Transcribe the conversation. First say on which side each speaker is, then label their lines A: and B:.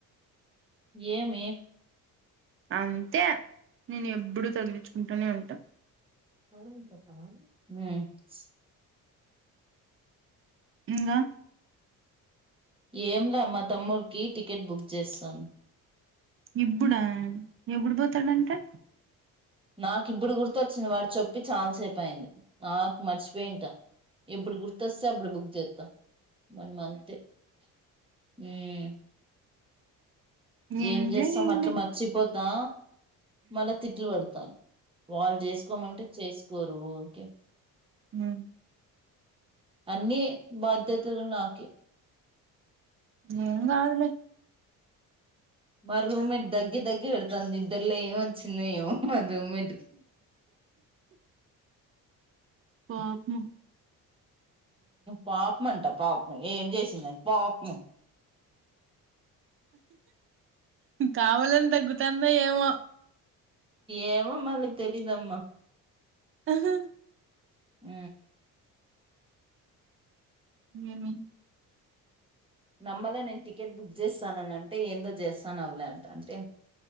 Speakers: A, on the right; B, on the right.
A: ఏమీ
B: అంతే నేను ఎప్ ఎప్పుడు తగిలించుకుంటూనే ఉంటా
A: హ్మ్
B: ఇంగా
A: ఏంలా మా తమ్ముడికి టికెట్ బుక్ చేస్సాను.
B: ఇప్పుడా ఎప్పుడు పోతాడంటా
A: నాకు ఇప్పుడు గుర్తు ఒచ్చింది వాడు చెప్పి చాలాసేపు అయింది నాకు మర్చిపోయింటా ఎప్పుడు గుర్తొస్తే అప్పుడు బుక్ చేస్తా వన్ మంత్ హ్మ్. ఏం
B: ఎంజాయ్
A: చేస్తాం
B: చేయండి
A: అట్లా మర్చిపో తా మళ్ళా తిట్లు పడతాను వాళ్ళు చేసుకోమంటే చేసుకోరు ఓకే
B: హ్మ్
A: అన్ని బాధ్యతలు నాక
B: ఏం కాదులే
A: మా రూమ్ట్ దగ్గ దగ్గి వెళ్తాంది నద్ద ఇట్లో ఏమి వచ్చింద ఏమో అద మటుకి
B: పాపుము
A: పాపం అంట పాపము ఏం చేసింద పాపము
B: కావాలని తగ్గుతాను అందా ఏమ
A: ఏమో మళ్ళీ తెలీదుమ్మా ఆ
B: ఆహా
A: హ
B: ఏమే
A: నమ్మలే నేను టికెట్ బుక్ చేస్తానన అంటే ఏందో చేస్తాను అవలేంట అంటే